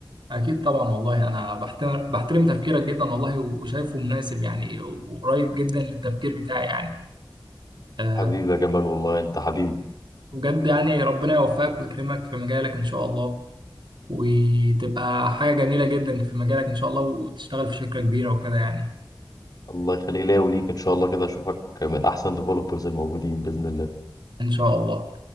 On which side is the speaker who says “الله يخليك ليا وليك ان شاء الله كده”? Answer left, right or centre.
Left